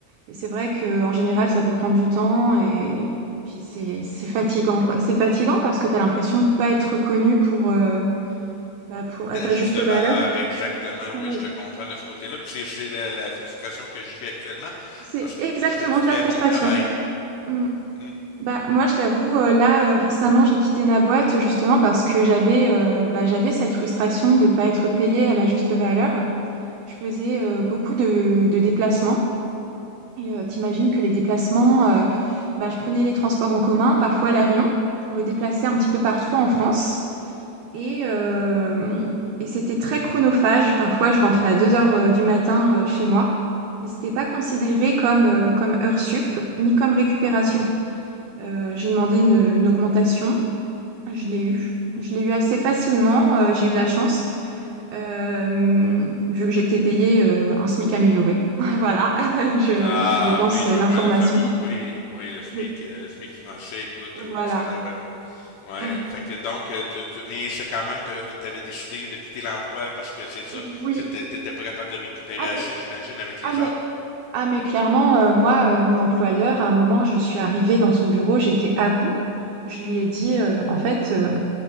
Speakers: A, on the right; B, on the left.
A: Et c'est vrai qu'en général, ça peut prendre du temps et puis c'est c'est fatigant, quoi. C'est fatigant parce que tu as l'impression de ne pas être reconnu pour, euh, bah, pour, à
B: Ta
A: ta
B: juste
A: juste
B: valeur,
A: valeur.
B: exactement,
A: Ah
B: oui,
A: oui.
B: je te comprends de ce côté-là. Puis c'est c'est la, la frustration que je vis actuellement
A: C'est
B: parce
A: exactement
B: que je fais du
A: de
B: très
A: la frustration.
B: bon travail.
A: Mm.
B: Hmm.
A: Bah, moi, je t'avoue, euh, là, euh, récemment, j'ai quitté ma boîte justement parce que j'avais euh, bah, j'avais cette frustration de ne pas être payée à ma juste valeur. Je faisais euh, beaucoup de, de déplacements. Et euh, t'imagines que les déplacements, euh, bah, je prenais les transports en commun, parfois l'avion, pour me déplacer un petit peu partout en France. Et, euh, et c'était très chronophage. Parfois, je rentrais à 2 heures euh, du matin euh, chez moi. Et c'était pas considéré comme, euh, comme heure sup, ni comme récupération. Euh, j'ai demandé une, une augmentation. Je l'ai eu. Je l'ai eu assez facilement. euh, j'ai eu de la chance, euh, vu que j'étais payée euh, un SMIC amélioré. <laughs> Voilà, <laughs> je,
B: Ah
A: je lance
B: oui,
A: euh,
B: je
A: l'information.
B: vois le fameux, oui, oui, le SMIC,
A: Mm.
B: euh, le SMIC français, écoute,
A: Voilà.
B: euh, oui, le salaire, euh, ouais,
A: Mm.
B: fait que donc, euh, tu, tu- mais c'est quand même, t'av- t'avais décidé de quitter l'emploi parce que c'est ça,
A: Oui.
B: c'était- t'étais pas capable de récupérer
A: Ah
B: assez,
A: mais,
B: j'imagine, avec les
A: ah mais,
B: heures.
A: ah mais clairement, euh, moi, euh, mon employeur, à un moment, je suis arrivée dans son bureau, j'étais à bout. Je lui ai dit, euh, en fait, euh,